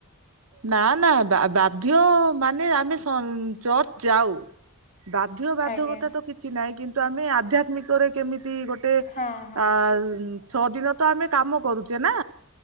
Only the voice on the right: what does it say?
ନା ନା ବାଧ୍ୟ ମାନେ ଆମେ ଚର୍ଚ୍ଚ ଯାଉ। ବାଧ୍ୟ ବାଧ୍ୟକତା
ତ କିଛି ନାହିଁ କିନ୍ତୁ ଆମେ ଆଧ୍ୟାତ୍ମିକରେ କେମିତି ଗୋ ତେ ଅ
ଛଅ ଦିନ ତ ଆମେ କାମ କରୁଛେ ନା।